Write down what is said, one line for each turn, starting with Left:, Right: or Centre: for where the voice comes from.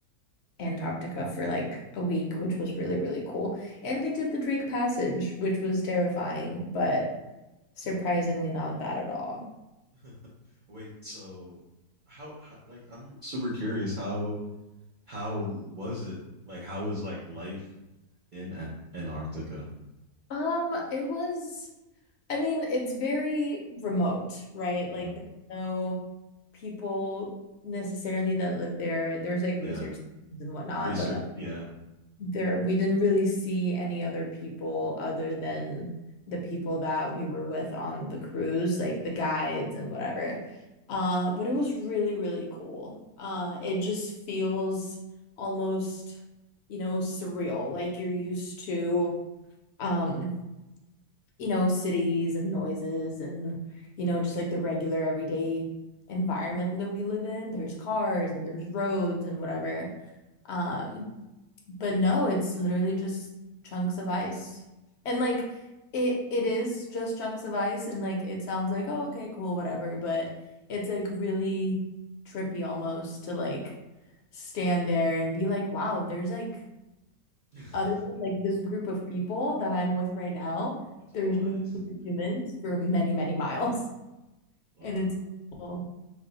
Left: Antarctica for like a week, which was really, really cool. And we did the Drake Passage, which was terrifying, but surprisingly not bad at all.
Right: <laughs> Wait, so how, how? Like, I'm super curious. How how was it? Like, how is like life in An- Antarctica?
Left: Um, it was. I mean, it's very remote, right?
Right: Mhm.
Left: Like there's no people necessarily that live there. There's like research
Right: Yeah,
Left: and whatnot,
Right: research.
Left: but like
Right: Yeah,
Left: there we didn't really see any other people other than the people that we were with on the cruise, like the guides and whatever. Uh, but it was really, really cool. Uh, it just feels almost, you know, surreal, like you're used to um you know, cities and noises and, you know, just like the regular everyday environment that we live in. There's cars
Right: mm-hmm.
Left: and there's roads and whatever. Um, but no, it's literally just chunks of ice. And like it it is just chunks of ice and like it sounds like, oh, okay, cool, whatever, but it's like really trippy almost to like stand there and be like, wow, there's like
Right: <laughs>
Left: other than like this group of people that I'm with right now,
Right: it's all
Left: there's
Right: ice.
Left: no other humans for many, many miles. <laughs>
Right: Wow,
Left: And it's well,